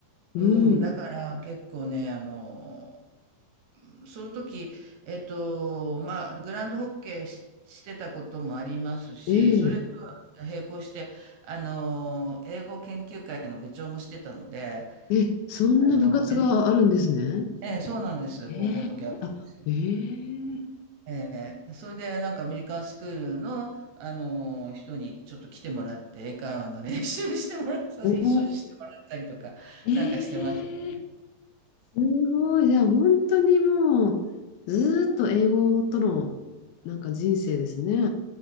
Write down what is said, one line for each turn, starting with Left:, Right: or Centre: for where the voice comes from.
Left: うん、
Right: うん、
Left: うん。
Right: だから結構ね、あの、その時、えっと、まあ、グランドホッケーし、してたこともありますし、
Left: え
Right: それと並行して、あの、英語研究会の部長もしてたので、
Left: ええ、そんな部活があるんですね。
Right: あの、アメええ、そうなんです。
Left: ええあ、
Right: 高校の時あったんですよ。
Left: ええ
Right: ええ、それでなんかアメリカンスクールの、あの、人にちょっと来てもらって、英会話の練習してもらった、
Left: おー
Right: 一緒にしてもらったりとか、
Left: ええ
Right: なんかしてましたね。
Left: すごい。じゃあ、本当にもう、ずーっと英語との、なんか人生ですね。